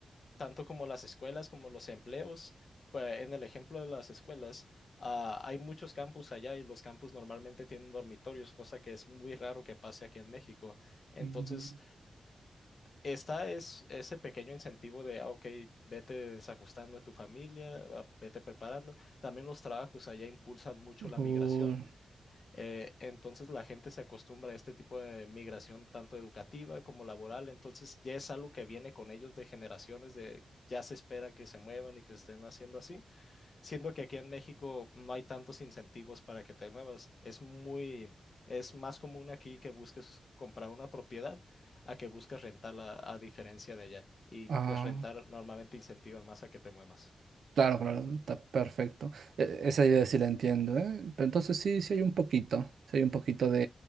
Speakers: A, on the left (about 40°); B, on the right (about 85°).
A: tanto como las escuelas, como los empleos. Pues en el ejemplo de las escuelas, ah, hay muchos campus allá y los campus normalmente tienen dormitorios, cosa que es muy raro que pase aquí en México. Entonces,
B: Mm,
A: está es ese pequeño incentivo de, ah, ok, vete desajustando a tu familia, ah, vete preparando. También los trabajos allá impulsan mucho la
B: o-
A: migración. Eh, entonces la gente se acostumbra a este tipo de migración tanto educativa como laboral, entonces ya es algo que viene con ellos de generaciones de ya se espera que se muevan y que estén haciendo así, siendo que aquí en México no hay tantos incentivos para que te muevas, es muy es más común aquí que busques comprar una propiedad a que busques rentarla a diferencia de allá y
B: ah,
A: pues rentar normalmente incentiva más a que te muevas.
B: claro, claro, está perfecto. E- esa idea sí la entiendo, ¿eh? Pero entonces sí, sí hay un poquito, sí hay un poquito de,